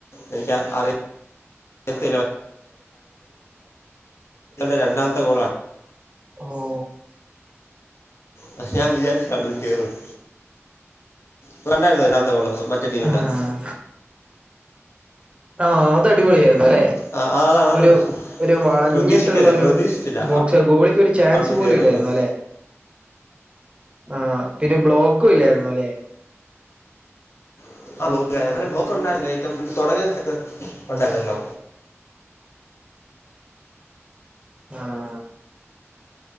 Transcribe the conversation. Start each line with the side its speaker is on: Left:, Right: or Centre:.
Left: എനിക്ക് അറിയ <unintelligible> രണ്ടാമത്തെ ഗോളാണ്
Right: ഹോ
Left: പക്ഷെ ഞാൻ വിചാരിച്ച അവര് കേറൂന്ന് ബ്രോ കണ്ടായിര്ന്നോ രണ്ടാമത്തെ ഗോള്? മറ്റേ ടീമിന്റെ
Right: ആഹ് ആഹ് അതടിപൊളിയായിരുന്നു ല്ലേ
Left: ആ അ- അതാണ് അത്
Right: ഒരു ഒരു വളഞ്ഞിട്ടുള്ളൊരു
Left: പ്രതീക്ഷിക്കരുത് പ്രതീക്ഷിച്ചില്ല
Right: ബോക്സ്
Left: അ-
Right: ഗോളിക്കൊരു ചാൻസ്
Left: അവിടുന്ന്
Right: പോലുല്ലായിരുന്നുല്ലെ
Left: കേറുമെന്ന്
Right: ആ പിന്നെ ബ്ലോക്കും ഇല്ലായിരുന്നുല്ലേ?
Left: <unintelligible> അല്ല ബ്ലോക്കോണ്ടായിരുന്നു <unintelligible> തൊടങ്ങിയ <unintelligible> ഉണ്ടായിരുന്നല്ലോ?
Right: ആഹ